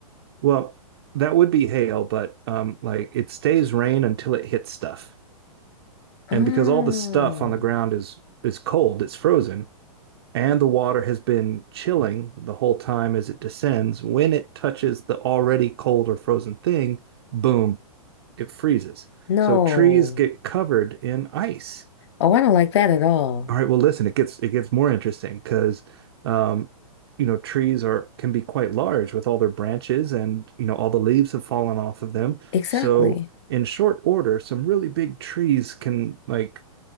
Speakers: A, on the right; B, on the left.
A: well that would be hail but um like it stays rain until it hits stuff and
B: Oh,
A: because all the stuff on the ground is is cold it's frozen and the water has been chilling the whole time as it descends, when it touches the already cold or frozen thing, boom, it freezes.
B: no.
A: So trees get covered in ice.
B: Oh, I don't like that at all.
A: All right, well, listen, it gets it gets more interesting because um, you know trees are can be quite large with all their branches and you know all the leaves have fallen off of them.
B: Exactly.
A: So in short order, some really big trees can like